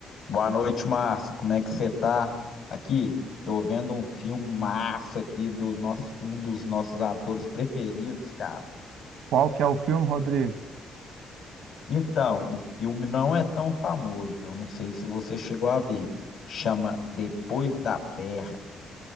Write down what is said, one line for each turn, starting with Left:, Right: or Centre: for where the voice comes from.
Left: Boa noite, Márcio. Como é que você tá? Aqui, tô vendo um filme massa aqui do nosso, um dos nossos atores preferidos, cara.
Right: Qual que é o filme, Rodrigo?
Left: Então, o filme não é tão famoso. Eu não sei se você chegou a ver. Chama Depois da Terra.